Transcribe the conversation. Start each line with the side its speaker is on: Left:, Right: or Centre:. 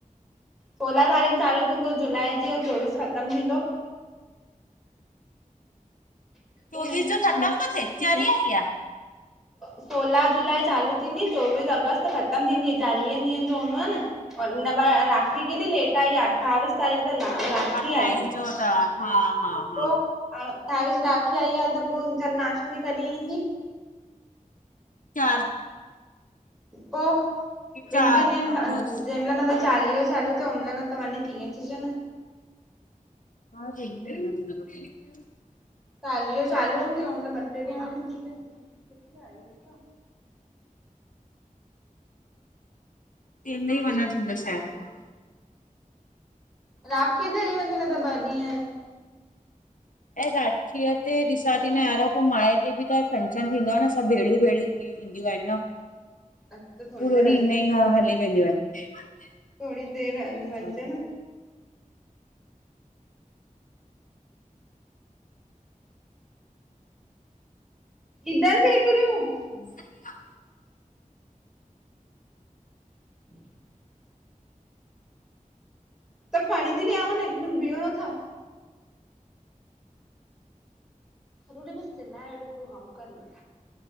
Centre: सोलहां तारीख़ चालू थींदो जुलाई जी ऐं चोवीस ख़त्म थींदो। तूं
Left: चोवीस जो ख़त्म थो थे, चरी आहीं छा!
Centre: सोला जुलाई चालू थींदी चोवीस अगस्त ख़त्म थींदी। चालीहनि ॾींहंनि जो हूंदो आ न। और हिन बार राखी केॾी लेट आई आहे अठावीस तारीख़ त राखी
Left: अठाईस
Centre: आई आ।
Left: जो त हा हा हा
Centre: पो अठावीस राखी आई आ त पो जन्माष्टमी कॾहिं ईंदी?
Left: चार
Centre: पो
Left: चार
Centre: ॿिनि ट्रीनि ॾींहंनि खां
Left: अगस्त
Centre: जंहिं महिल न त चालीयो चालू थियो त ओॾी मल त वञी थी अचजे न?
Left: हा त <unintelligible>
Centre: चालिहो चालू हूंदु ओमल ॿ ट्रे डींह वञी थी अच।
Left: तेमल ही वञण थींदो शायद। <inaudible>
Centre: राखीअ ते हली वञजएं न त ॿ ॾीहं।
Left: ऐं राखीअ ते ॾिसां थी न यार पो माए ते बि त फंक्शन थींदो आ न त सब भेणूं-भेण थीदियूं आई न
Centre: त थोरी
Left: पूरो
Centre: देरि
Left: ॾींहुं
Centre: हली
Left: इन ही हली वेंदियूं आहिनि।
Centre: थोड़ी देर हली वञंजे
Left: असां ते
Centre: न। इदर देख रू
Left: सही आ
Centre: <inaudible> त पाणी थी ॾियांव न हिक मिन्ट बियो नथा सजो ॾि बस चिल्लाए वेठो तूं हम कर ना